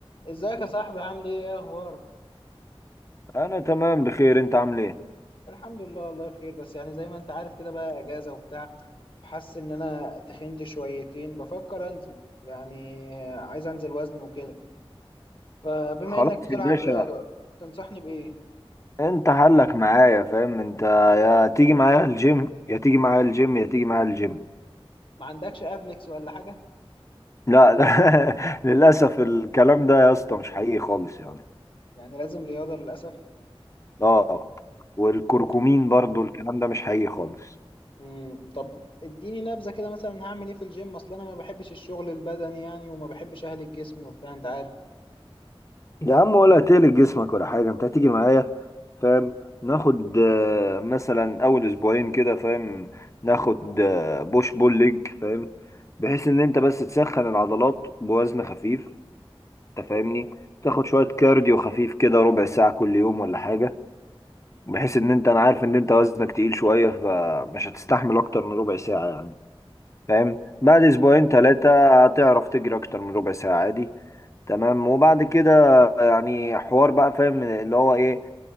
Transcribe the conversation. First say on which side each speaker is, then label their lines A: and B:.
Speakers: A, on the left (about 60°); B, on the left (about 30°).
A: ازيك يا صاحبي عامل ايه ايه اخبارك
B: انا تمام بخير انت عامل ايه
A: الحمد لله والله بخير بس يعني زي ما انت عارف كده بقى اجازه وبتاع حاسس ان انا تخنت شويتين بفكر انزل يعني عايز انزل وزن وكده فبما
B: خلاص
A: انك بتلعب
B: يا باشا
A: رياضه تنصحني بايه
B: انت حلك معايا فاهم انت يا تيجي معايا الجيم يا تيجي معايا الجيم يا تيجي معايا الجيم
A: ما عندكش ابلكس ولا حاجه
B: لا <laughs> لا للاسف الكلام ده يا اسطى مش حقيقي خالص يعني
A: يعني لازم رياضه للاسف
B: اه والكركمين
A: طب
B: برضو الكلام ده مش حقيقي خالص
A: امم طب اديني نبذه كده مثلا هعمل ايه في الجيم اصل انا ما بحبش الشغل البدني يعني وما بحبش اهلك جسمي وبتاع انت عارف
B: يا عم ولا هتقلق جسمك ولا حاجة انت هتيجي معايا فاهم ناخد آه، مثلا اول اسبوعين كده فاهم ناخد آه، بوش بول ليج فاهم بحيث ان انت بس تسخن العضلات بوزن خفيف انت فاهمني تاخد شوية كارديو خفيف كده ربع ساعة كل يوم ولا حاجة بحيث ان انت انا عارف ان انت وزنك تقيل شوية فمش هتستحمل اكتر من ربع ساعة يعني فاهم بعد اسبوعين ثلاثة هتعرف تجري اكتر من ربع ساعة عادي تمام وبعد كده يعني حوار بقى فاهم اللي هو ايه